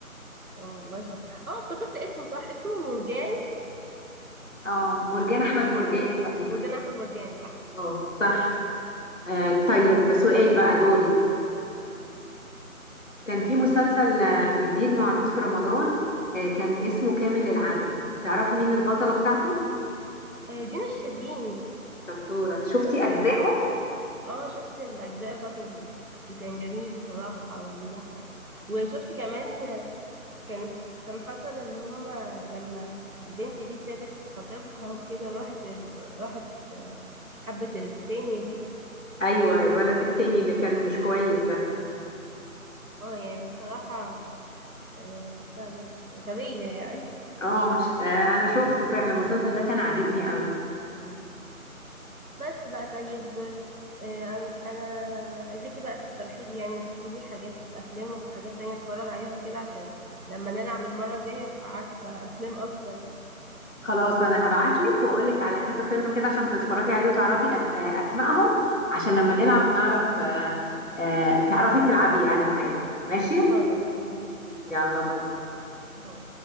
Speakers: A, on the right; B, on the left.
A: اه والله شاطر اه افتكرت اسمه صح اسمه مرجان
B: اه مرجان احمد مرجان
A: مرجان حاجه
B: تقريبا
A: مرجان احمد مرجان صح
B: اه صح آه طيب سؤال بقى دوري كان في
A: ماشي
B: مسلسل آه، جديد معروض في رمضان آه كان اسمه كامل العدد تعرفي مين البطله بتاعته
A: آه، دينا الشربيني
B: شطوره شفتي
A: اه ده-
B: اجزائه
A: اه شفت الاجزاء بتاعته وكان جميل بصراحه ويضحك وشفت كمان كان كان حصل اللي هم لما البنت دي سابت خطيبها وكده وراحت ال... راحت حبت التانية دي
B: ايوه الولد التاني اللي كان مش كويس ده
A: اه يعني بصراحة آه، بتاع ده غبية يعني
B: اه ش- آه، انا شفته فعلا المسلسل ده كان عاجبني قوي
A: مم. بس بقى طيب آه، انا أنا عايزاكي بقى تقترحي لي يعني تشوفي لي حاجات افلام وحاجات تانية اتفرج عليها وكده عشان لما نلعب المرة الجاية ابقى عارفة افلام اكتر
B: خلاص انا هبعتلك واقولك على كذا فيلم كده عشان تتفرجي عليه وتعرفي أس... آه، اسمائهم عشان لما نلعب نعرف آه، آه، تعرفي تلعبي يعني معايا ماشي
A: خلاص ماشي
B: يلا باي
A: باي.